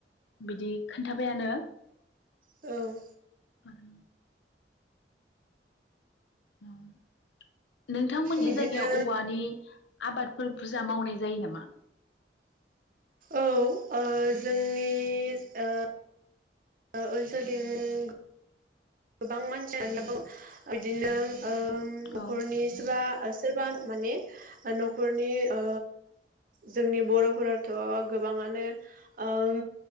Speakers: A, on the left; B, on the right.
A: बिदि खोन्थाबायानो
B: औ
A: आरो नाव नोंथांमोननि
B: बिदिनो
A: जायगायाव औवानि आबादफोर बुरजा मावनाय जायो नामा?
B: औ ओ जोंनि ओ ओ ओनसोलथिं गोबां मानसियानो बिदिनो ओम न'खरनि
A: औ
B: सोरबा ओ सोरबा माने न'खरनि ओ जोंनि बर'फोराथ' गोबाङानो ओम